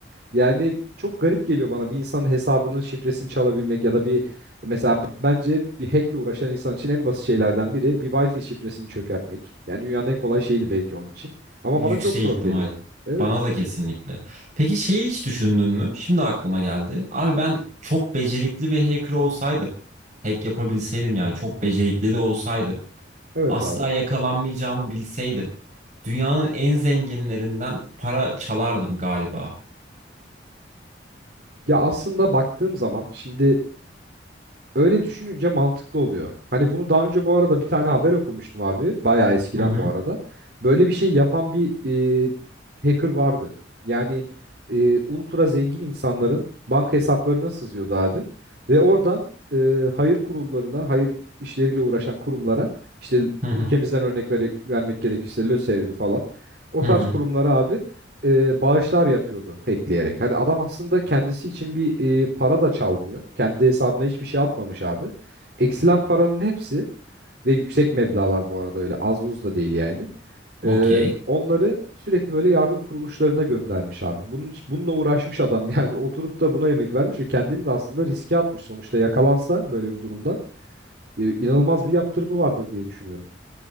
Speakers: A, on the right; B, on the right.
A: Yani çok garip geliyor bana bir insanın hesabının şifresini çalabilmek ya da bir mesela b- bence bir hackle uğraşan insan için en basit şeylerden biri bir Wi-Fi şifresini çökertmek. Yani dünyanın en kolay şeydi belki onun için. Ama
B: Yüksek
A: bana çok zor
B: ihtimal.
A: geliyor. Evet.
B: Bana da kesinlikle. Peki şeyi hiç düşündün mü? Şimdi aklıma geldi. Abi ben çok becerikli bir hacker olsaydım. Hack yapabilseydim yani çok becerikli de olsaydım.
A: Evet
B: Asla
A: abi.
B: yakalanmayacağımı bilseydim. Dünyanın en zenginlerinden para çalardım galiba.
A: Ya aslında baktığım zaman şimdi öyle düşününce mantıklı oluyor. Hani bunu daha önce bu arada bir tane haber okumuştum abi. Bayağı eskiden
B: Hı hı.
A: bu arada. Böyle bir şey yapan bir e, hacker vardı. Yani e, ultra zengin insanların banka hesaplarına sızıyordu abi. Ve oradan e, hayır kurullarına, hayır işleriyle uğraşan kurumlara işte
B: Hı hı.
A: ülkemizden örnek vere- vermek gerekirse LÖSEV'di falan. O
B: Hı
A: tarz
B: hı.
A: kurumlara abi e, bağışlar yapıyordu hackleyerek. Hani adam aslında kendisi için bir e, para da çalmıyor. Kendi hesabına hiçbir şey atmamış abi. Eksilen paranın hepsi ve yüksek meblağlar bu arada öyle az buz da değil yani.
B: Okey.
A: E, onları sürekli böyle yardım kuruluşlarına göndermiş abi. Bunun, bununla uğraşmış adam <laughs> yani oturup da buna emek vermiş ve kendini de aslında riske atmış. Sonuçta yakalansa böyle bir durumdan e, inanılmaz bir yaptırımı vardır diye düşünüyorum.